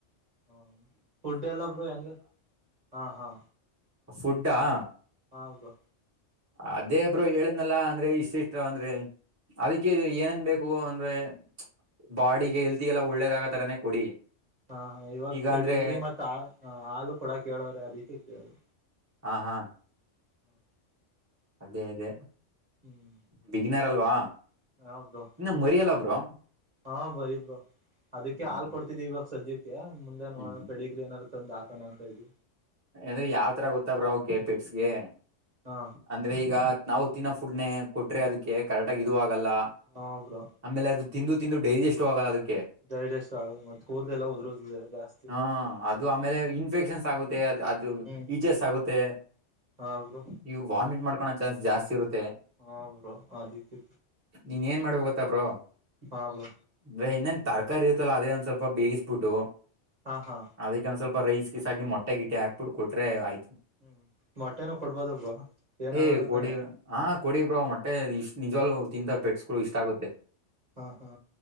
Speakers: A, on the right; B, on the right.
A: ಹ್ಮ ಫುಡ್ ಎಲ್ಲ ಬ್ರೋ ಹೆಂಗ ಹಾ ಹಾ
B: ಫುಡ್ಡ ಹಾ
A: ಹಾ ಬ್ರೋ
B: ಅದೇ ಬ್ರೋ ಹೇಳಿದ್ನಲ್ಲ ಅಂದ್ರೆ ಇಷ್ಟ ಇಷ್ಟ ಅಂದ್ರೆ ಅದಕ್ಕೆ ಏನೇನ್ ಬೇಕು ಅಂದ್ರೆ ಬಾಡಿಗೆ ಹೆಲ್ತ್ಗೆಲ್ಲ ಒಳ್ಳೇದು ಆಗತರನೇ ಕೊಡಿ
A: ಹಾ ಹ ಇವಾಗ
B: ಈಗ
A: ಪೆಡಿಗ್ರಿ
B: ಅಂದ್ರೆ
A: ಮತ್ ಆ ಹಾಲು ಕೂಡಕ್ಕೆ ಹೇಳವ್ರೆ ಅದಕ್ಕೆ ಕೇಳಿ
B: ಹಾ ಹಾ
A: <inaudible>
B: ಅದೇ ಅದೇ
A: ಹ್ಮ್
B: ಬೆಗಿನ್ನರ್ ಅಲ್ವಾ
A: ಹಾ ಬ್ರೋ
B: ಇನ್ನು ಮರಿ ಅಲ್ವಾ ಬ್ರೋ
A: ಹಾ ಮರಿ ಬ್ರೋ ಅದಕ್ಕೆ
B: ಹ್ಮ್
A: ಹಾಲು ಕೊಡ್ತಿದೀವಿ ಇವಾಗ ಸದ್ಯಕ್ಕೆ ಅ ಮುಂದೆ ನೋ
B: ಹ್ಮ್
A: ಪೆಡಿಕ್ರ ಏನಾರು ತಂದು ಹಾಕಣ ಅಂತ ಇದು
B: ಅಂದ್ರೆ ಯಾವ್ ತರ ಗೊತ್ತ ಬ್ರೋ ಅ ಪೆಟ್ಸ್ ಗೇ
A: ಹಾ
B: ಅಂದ್ರೆ ಈಗ ನಾವು ತಿನ್ನೋ ಫುಡ್ನ ಕೊಟ್ರೆ ಅದಕ್ಕೆ ಕರೆಕ್ಟ್ ಹಾಗಿ ಇದು ಆಗಲ್ಲ
A: ಹಾ ಬ್ರೋ
B: ಆಮೇಲೆ ಅದು ತಿಂದು ತಿಂದು ಡೈಜೆಸ್ಟ್ ಆಗಲ್ಲ ಅದಕ್ಕೆ
A: ಡೈಜೆಸ್ಟ್ ಆಗಲ್ಲ ಮತ್ ಕೂದಲೆಲ್ಲ ಉದುರುತ್ತದೆ ಜಾಸ್ತಿ
B: ಕೇ ಅದು ಆಮೇಲೆ
A: ಹ್ಮ್
B: ಇನ್ಫೆಕ್ಷನ್ ಆಗುತ್ತೆ ಅದು
A: ಹ್ಮ್
B: ಈಚೆಸ್ ಆಗುತ್ತೆ
A: ಹಾ ಬ್ರೋ
B: ನೀವು ವಾಮಿಟ್ ಮಾಡ್ಕೊ ಚಾನ್ಸ್ ಜಾಸ್ತಿ ಇರುತ್ತೆ
A: ಹು ಬ್ರೋ ಅದಕ್ಕೆ
B: ನೀನ್ ಏನ್ ಮಾಡು ಗೊತ್ತಾ ಬ್ರೋ
A: ಹಾ ಬ್ರೋ
B: ಬೆ ಇನ್ನೇನ್ ತರಕಾರಿ ಇರುತ್ತಲ್ಲ ಅದೇ ಒಂದ್ ಸ್ವಲ್ಪ ಬೇಯಿಸ್ಬಿಟ್ಟು
A: ಹಾ ಹಾ
B: ಅದಕ್ಕೆ ಒಂದ ಸ್ವಲ್ಪ ರೈಸ್ ಗಿಸಿ ಮೊಟ್ಟೆ ಗಿಟ್ಟೆ ಹಾಕಿಬಿಟ್ಟು ಕೊಟ್ರೆ ಆಯ್ತು
A: ಹ್ಮ್ ಮೊಟ್ಟೆನೂ ಕೊಡ್ಬೋದ ಬ್ರೋ ಏನ
B: ಹೇ
A: ಆಗಲ್ಲ
B: ಕೊಡಿ
A: ತಾನೆ
B: ಹಾ ಕೊಡಿ ಬ್ರೋ ಮಟ್ಟೆ ಇಷ್ಟ ನಿಜಲುೂ ತಿಂತಾರೆ ಪೆಟ್ಸ್ ಇಷ್ಟ ಆಗುತ್ತೆ
A: ಹಾ ಹಾ